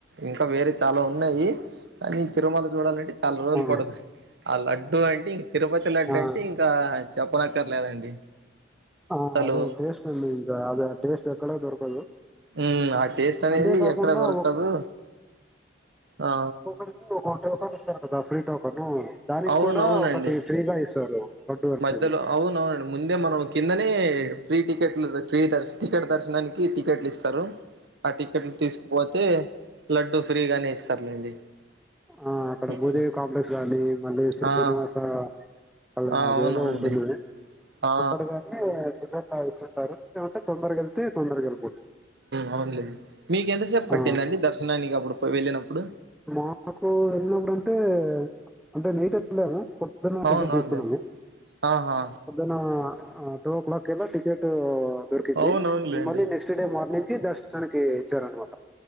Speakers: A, on the right; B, in the centre.
A: ఇంకా వేరే చాలా ఉన్నాయి కానీ తిరుమల చూడాలంటే చాలా రోజులు
B: ఆ
A: పడదు ఆ లడ్డు అంటే తిరుపతి లడ్డంటే
B: ఆ
A: ఇంకా చెప్పనక్కర్లేదండి
B: ఆ
A: అసలు
B: అద టేస్ట్ అండి ఇకా అద టేస్ట్ ఎక్కడ దొరకదు
A: ఉ ఆ టేస్ట్ అనేది
B: అంతేకాకుండా
A: ఎక్కడ దొరకదు ఆ
B: గూగుల్ కి ఒక టోకన్ ఇస్తారు కదా ఫ్రీ టోకన్ దానికి
A: అవునవునండి
B: కూడా ఒకటి ఫ్రీగా ఇస్తారు లడ్డు అనేది
A: మధ్యలో అవున అవునండి ముందే మనం కిందనే ఫ్రీ టికెట్లు ఫ్రీ దర్ టికెట్ దర్శనానికి టికెట్లు ఇస్తారు ఆ టికెట్లు తీసుకుపోతే లడ్డూ ఫ్రీగానే ఇస్తారులేండి
B: ఆ అక్కడ
A: హ్మ్.
B: భూదేవి కాంప్లెక్స్ కానీ మళ్ళీ శ్రీనివాస
A: ఆ
B: అలా
A: ఆ
B: అదేదో
A: అవునండి
B: ఉంటుంది
A: ఆ
B: అక్కడ కానీ ట్లా ఇస్తుంటారు ఏంటే తొందరగా కేలితే తొందరగత
A: అవునులేండి మీక ఎంతసేపు పట్టిందండి
B: ఆ
A: దర్శనానికినికి అప్పుడు వెళ్ళినప్పుడు
B: మాకు వెళ్ళినప్పుడుంటే అంటే నైట్ వెళ్ళారు పొద్ద్దన్న
A: అవునవునులేండి
B: టికెట్ తీసుకున్నాను
A: ఆహా
B: పొద్ద్దన్న టూ ఓ క్లాక్ కిలా టికెట్ దొరికింది
A: అవునవునులేండి
B: మళ్ళీ నెక్స్ట్ డే మార్నింగ్ కి దర్శ తనకి హెచ్చారు అనుమా